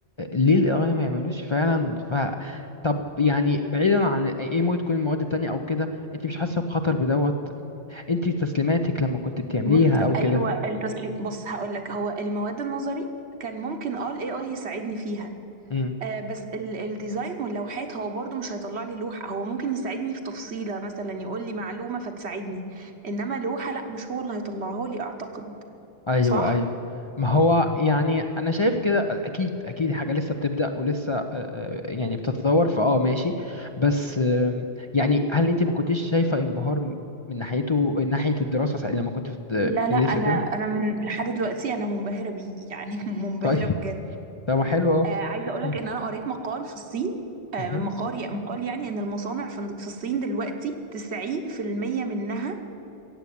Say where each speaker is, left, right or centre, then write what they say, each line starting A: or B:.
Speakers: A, on the left; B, on the right.
A: ليه القراية ما يعملوش فعلا ف طب يعني بعيدا عن ايه إيه ممكن تكون المواد التانية او كده انت مش حاسة بخطر بدوت انت تسليماتك لما كنت بتعمليها
B: بص
A: او
B: ايوه
A: كده
B: التسليم بص هقول لك هو المواد النظري كان ممكن اه الاي اي يساعدني فيها
A: امم
B: آه بس ال- الديزاين واللوحات هو برضو مش هيطلع لي لوحة هو ممكن يساعدني في تفصيلة مثلا يقول لي معلومة فتساعدني انما لوحة لا مش هو اللي هيطلعها لي اعتقد
A: ايوه
B: صح
A: ايوه ما هو يعني انا شايف كده اكيد اكيد حاجة لسه بتبدأ ولسه آه، آه، يعني بتتطور فاه ماشي بس آم، يعني هل انت ما كنتيش شايفة انبهار م- من ناحيته من ناحية الدراسة ساعة- لما كنت في الد-
B: لا
A: بتدرسي
B: لا انا
A: وكده
B: انا من لحد دلوقتي انا منبهرة بيه يعني <laughs> منبهرة
A: طيب
B: بجد
A: طب ما حلو اهو
B: آه، عايزه اقول لك
A: مم.
B: ان انا قريت مقال في الصين آه،
A: مهم.
B: مقال مقال يعني ان المصانع في في الصين دلوقتي 90% منها